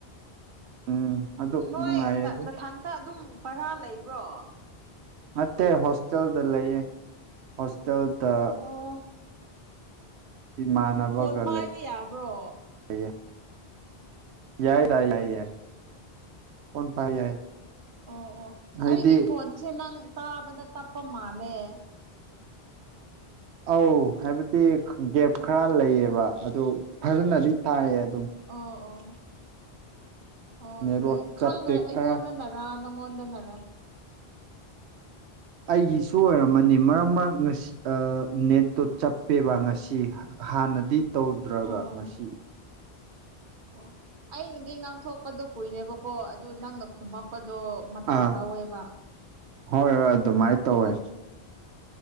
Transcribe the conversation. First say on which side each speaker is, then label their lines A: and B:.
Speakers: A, on the right; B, on the right.
A: ꯎꯝ ꯑꯗꯨ
B: ꯅꯣꯏ
A: ꯅꯨꯡꯉꯥꯏꯌꯦ ꯑꯗꯨꯝ
B: ꯃꯊꯟꯇ ꯑꯗꯨꯝ ꯚꯔꯥ ꯂꯩꯕ꯭ꯔꯣ
A: ꯃꯦ ꯍꯣꯁꯇꯦꯦꯜꯗ ꯂꯩꯑꯦ ꯍꯣꯁꯇꯦꯦꯜꯗ
B: ꯑꯣ
A: ꯏꯃꯥꯟꯅꯕꯒ
B: ꯐꯣꯟ ꯄꯥꯏꯕ ꯌꯥꯕ꯭ꯔꯣ
A: ꯂꯩꯌꯦ ꯌꯥꯏꯗ ꯌꯥꯏ ꯌꯥꯏ ꯀꯟ ꯄꯥꯏ ꯌꯥꯏ
B: ꯑꯣ ꯑꯣ
A: ꯍꯥꯏꯗꯤ
B: ꯑꯩꯒꯤ ꯈꯣꯟꯁꯦ ꯅꯪ ꯇꯥꯕꯗ ꯇꯞꯄ ꯃꯥꯜꯂꯦ
A: ꯑꯧ ꯍꯥꯏꯕꯗꯤ ꯒꯦꯞ ꯈꯔ ꯂꯩꯌꯦꯕ ꯑꯗꯨ ꯐꯖꯅꯗꯤ ꯊꯥꯏꯌꯦ ꯑꯗꯨꯝ
B: ꯑꯣ ꯑꯣ ꯑꯣꯅꯦ
A: ꯅꯦꯠꯋꯥꯛ ꯆꯞꯄꯦ
B: ꯈꯪꯈ꯭ꯔꯦ ꯑꯩꯉꯣꯟꯗꯅꯔ
A: ꯈꯔ
B: ꯅꯪꯉꯣꯟꯗꯅꯔ
A: ꯑꯩꯒꯤꯁꯨ ꯑꯣꯏꯔꯝꯃꯅꯤ ꯃꯔꯛ ꯃꯔꯛꯁꯤ ꯅꯦꯠꯇꯣ ꯆꯞꯄꯦꯕ
B: ꯎꯝ
A: ꯉꯁꯤ ꯍꯥꯟꯅꯗꯤ ꯇꯧꯗ꯭ꯔꯒ
B: ꯑꯣ
A: ꯉꯁꯤ
B: ꯑꯣ ꯑꯩꯅꯗꯤ ꯉꯥꯡꯊꯣꯛꯄꯗꯣ ꯀꯨꯏꯔꯦꯕꯀꯣ ꯑꯗꯨ ꯅꯪꯅ ꯈꯨꯝꯃꯛꯄꯗ ꯑꯗꯣ ꯃꯇꯝ
A: ꯑꯥ
B: ꯂꯧꯋꯦꯕ
A: ꯍꯣꯏ ꯍꯣꯏ ꯑꯗꯨꯃꯥꯏꯅ ꯇꯧꯋꯦ